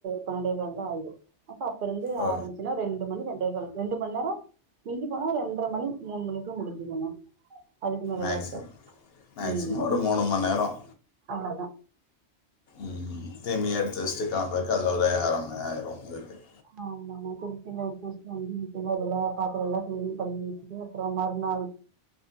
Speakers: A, on the right (about 60°); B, on the left (about 60°).
A: பன்னன்டேகால் தான் ஆயிடு அப்ப அப்பருந்து
B: ஓ
A: ஆரம்பிச்சுனா ரெண்டு மணிக் ரண்டேகால் ரண்டு மண்நேரொ மிஞ்சி போனா ரெண்ட்ரமணி மூனு மணிக்கு முடின்சிருனா அதுக்கு மேலலா
B: மேக்ஸிமம்
A: இருக்காது
B: மேக்ஸிமம்
A: உம்
B: ஒரு மூணு மணி நேரம்
A: அவ்ளோதான்
B: ம் தேமி அடுத்து வச்சுட்டு காலம் <unintelligible>
A: ஆமா ஆமா திருச்சில ஒரு கோஸ்டி வந்து வீட்ல பாத்திரம் எல்லாம் கிளீன் பண்ணி வச்சிட்டு அப்றோம் மறுநாள்